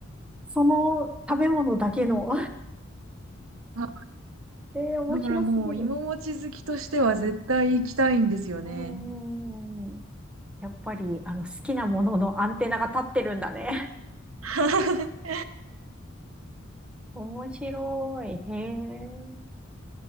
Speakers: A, in the centre; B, on the right.
A: その食べ物だけの
B: あ
A: <laughs> えー、面白すぎる。
B: だからもう芋餅好きとしては絶対行きたいんですよね。
A: うーん。やっぱり、あの、好きなもののアンテナが立ってるんだね。
B: <laughs>
A: 面白い。へえ。